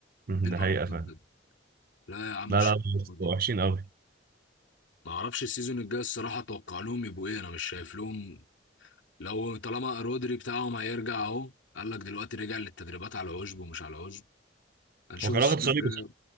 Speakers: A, on the right; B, on the left.
A: مم،
B: ايه القرف
A: ده حقيقة
B: ده
A: فاهم
B: بجد؟ لا يا عم
A: لا
B: مش
A: لا
B: الدرجة
A: لا،
B: دي.
A: وحشين قوي
B: ما اعرفش السيزون الجاي الصراحه اتوقع لهم يبقوا ايه انا مش شايف لهم لو طالما رودري بتاعهم هيرجع اهو قال لك دلوقتي رجع للتدريبات على عشب ومش على عشب هنشوف
A: هو كان
B: السيزون
A: واخد صليبي
B: الجاي
A: صح؟